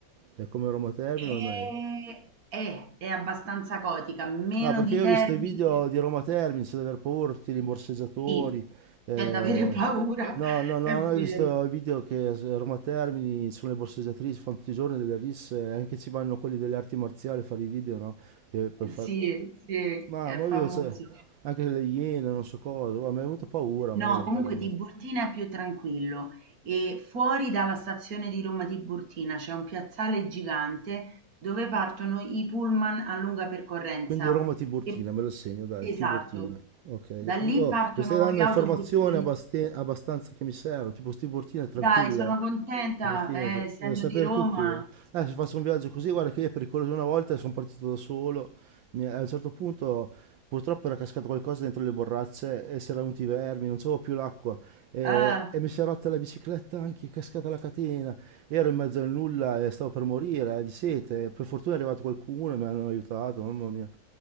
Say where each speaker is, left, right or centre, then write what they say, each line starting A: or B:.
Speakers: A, on the right (about 75°); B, on the right (about 50°).
A: È come Roma Termini
B: Ehm,
A: o è meglio?
B: è, è abbastanza gotica, meno
A: No, perché
B: di
A: io
B: Termini,
A: ho visto i video di Roma Termini, di aver paura, tutti i rimborseggiatori.
B: sì,
A: eh,
B: c'è da avere paura,
A: No, no,
B: <laughs>
A: no,
B: è vero.
A: no, ho visto i video che a Roma Termini sono le borseggiatrici, fanno tutti i giorni delle risse, anche ci vanno quelli delle arti marziali a fare i video, no? Che per fare...
B: Sì, sì,
A: Ma,
B: è
A: ma
B: famoso.
A: io, cioè, anche le iene, non so cosa, guarda, mi è venuta paura
B: No,
A: a me di
B: comunque
A: andare a Roma.
B: Tiburtina è più tranquillo e fuori dalla stazione di Roma Tiburtina c'è un piazzale gigante dove partono i pullman a lunga percorrenza.
A: Quindi Roma Tiburtina,
B: E-
A: me lo segno, dai,
B: esatto,
A: Tiburtina. Ok,
B: da lì
A: oh,
B: partono
A: mi stai dando
B: gli autobus
A: informazioni
B: del
A: abbast- abbastanza che mi servono, tipo Tiburtina è tranquilla.
B: Dai, sono
A: eh?
B: contenta,
A: Portini,
B: eh,
A: che-
B: essendo
A: devo sapere
B: di Roma,
A: tutto io. Eh, se faccio un viaggio così, guarda che io è pericoloso una volta sono partito da solo. Mi- a un certo punto purtroppo era cascato qualcosa dentro le borracce e si erano venuti i vermi, non c'avevo più l'acqua e,
B: eh,
A: e mi si è rotta la bicicletta anche, è cascata la catena. Ero in mezzo al nulla e stavo per morire eh, di sete. Per fortuna è arrivato qualcuno e mi hanno aiutato, mamma mia.